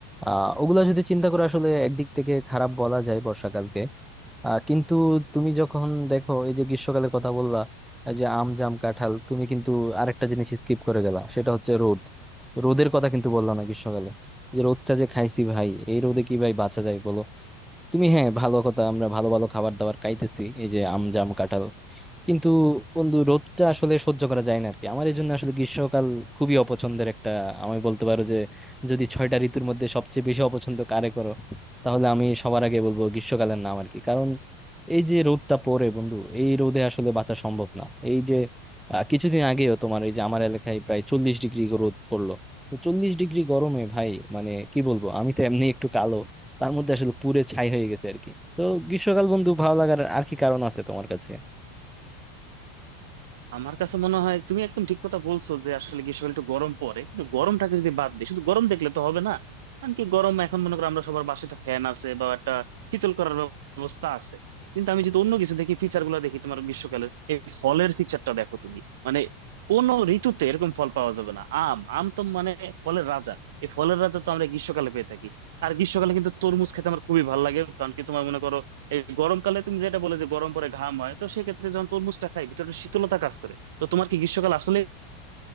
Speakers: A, in the centre; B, on the right (about 60°).
A: আহ ওগুলা যদি চিন্তা করে আসলে একদিক থেকে খারাপ বলা যায় বর্ষাকালকে আহ কিন্তু তুমি যখন দেখো এই যে গ্রীষ্মকালের কথা বললা এই যে আম জাম কাঁঠাল তুমি কিন্তু আরেকটা জিনিস স্কিপ করে গেলা সেটা হচ্ছে রোদ রোদের কথা কিন্তু বললা না গ্রীষ্মকালে যে রোদটা যে খাইছি ভাই এই রোদে কি ভাই বাঁচা যায় বলো তুমি হ্যাঁ ভালো কথা আমরা ভালো ভালো খাবার দাবার খাইতেছি এই যে আম জাম কাঁঠাল কিন্তু বন্ধু রোদটা আসলে সহ্য করা যায় না আর কি আমার এই জন্য আসলে গ্রীষ্মকাল খুবই অপছন্দের একটা আমি বলতে পারো যে যদি ছয়টা ঋতুর মধ্যে সবচেয়ে বেশি অপছন্দ কারে করো তাহলে আমি সবার আগে বলবো গ্রীষ্মকালের নাম আর কি কারণ এই যে রোদটা পড়ে বন্ধু এই রোদে আসলে বাঁচা সম্ভব না এই যে আহ, কিছুদিন আগেও তোমার এই যে আমার এলাকায় প্রায় চল্লিশ ডিগ্রি রোদ পড়লো তো চল্লিশ ডিগ্রি গরমে ভাই মানে কি বলবো আমি তো এমনি একটু কালো তার মধ্যে আসলে পুড়ে ছাই হয়ে গেছে আর কি তো গ্রীষ্মকাল বন্ধু ভালো লাগার আর কি কারণ আছে তোমার কাছে
B: আমার কাছে মনে হয় তুমি একদম ঠিক কথা বলছো যে আসলে গ্রীষ্মকালে একটু গরম পড়ে কিন্তু গরমটাকে যদি বাদ দিই শুধু গরম দেখলে তো হবে না কারণ কি গরম এখন মনে করো আমরা সবার বাসায় একটা ফ্যান আছে বা একটা শীতল করার ব্যবস্থা আছে কিন্তু আমি যদি অন্য কিছু দেখি ফিচার গুলো দেখি তোমার গ্রীষ্মকালে এই ফলের ফিচারটা দেখো তুমি মানে কোন ঋতুতে এরকম ফল পাওয়া যাবে না আম আম তো মানে ফলের রাজা এই ফলের রাজা তো আমরা গ্রীষ্মকালে পেয়ে থাকি আর গ্রীষ্মকালে কিন্তু তরমুজ খেতে আমার খুবই ভালো লাগে কারণ কি তোমার মনে করো এই গরমকালে তুমি যেটা বলে যে গরম পরে ঘাম হয় তো সেক্ষেত্রে যখন তরমুজটা খাই ভিতরে একটা শীতলতা কাজ করে তো তোমার কি গ্রীষ্মকাল আসলে